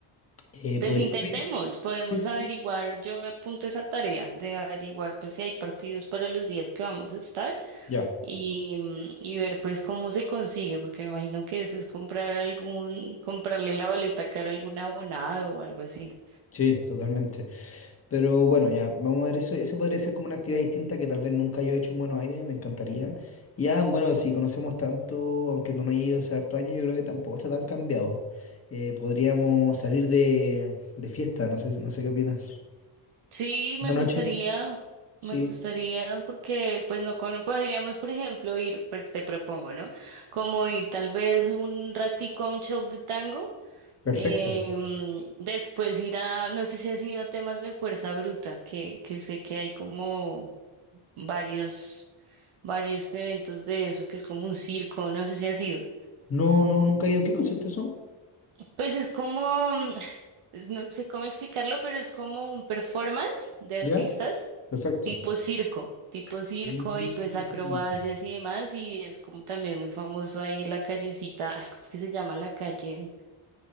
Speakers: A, on the left; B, on the right.
A: Eh,
B: Pues
A: podríamos
B: intentemos,
A: ir-
B: podemos
A: Sí, sí,
B: averiguar,
A: sí.
B: yo me apunto a esa tarea de averiguar pues si hay partidos para los días que vamos a estar
A: Ya,
B: y, mm, y ver pues cómo se consigue, porque me imagino que eso es comprar algún, comprarle la boleta cara a algún abonado o algo así.
A: sí, totalmente. Pero bueno, ya, vamos a ver, eso, eso podría ser como una actividad distinta que tal vez nunca yo he hecho en Buenos Aires, me encantaría. Y ya, bueno, si conocemos tanto, aunque tú no hayas ido hace harto años, yo creo que tampoco está tan cambiado. Eh, podríamos salir de, de fiesta, no sé, no sé qué opinas.
B: Sí,
A: Buenas
B: me gustaría,
A: noches, sí.
B: me gustaría porque pues no cono- podríamos, por ejemplo, ir, pues te propongo, ¿no? Como ir tal vez un ratico a un show de tango
A: Perfecto.
B: Em, después ir a, no sé si has ido a temas de fuerza bruta, que, que sé que hay como varios, varios eventos de eso, que es como un circo, no sé si has ido.
A: No, no, nunca he ido. ¿En qué consiste eso?
B: Pues es como, mm, es- no sé cómo explicarlo, pero es como un performance de artistas
A: ¿Ya? Perfecto.
B: tipo circo, tipo circo
A: Mm.
B: y pues acrobacias y demás, y es como también muy famoso ahí en la callecita, ay, ¿cómo es que se llama la calle?